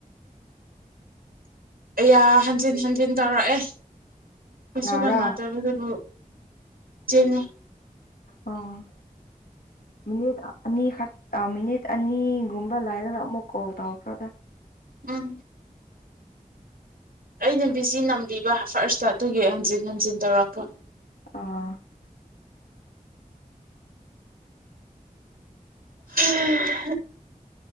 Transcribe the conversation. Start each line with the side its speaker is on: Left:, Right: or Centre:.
Right: ꯌꯥ ꯍꯟꯖꯤꯟ ꯍꯟꯖꯤꯟ ꯇꯧꯔꯛꯑꯦ ꯀꯩꯁꯨ
Left: ꯀꯅꯥꯔꯥ
Right: ꯀꯅꯥ ꯇꯕ ꯑꯗꯨꯕꯨ ꯅꯦ
Left: ꯑ ꯃꯤꯅꯤꯠ ꯑꯅꯤꯈꯛ ꯃꯤꯅꯤꯠ ꯑꯅꯤꯒꯨꯝꯕ ꯂꯩꯔꯒ ꯑꯃꯨꯛ ꯀꯣꯜ ꯇꯧꯈ꯭ꯔꯗ
Right: ꯎꯝ ꯑꯩꯅ ꯕꯤꯖꯤ ꯅꯝꯕꯤꯕ ꯐꯥꯔꯁꯇ ꯑꯗꯨꯒꯤ ꯍꯟꯖꯤꯟ ꯍꯟꯖꯤꯟ ꯇꯧꯔꯛꯄ
Left: ꯑꯥ
Right: ꯎꯝ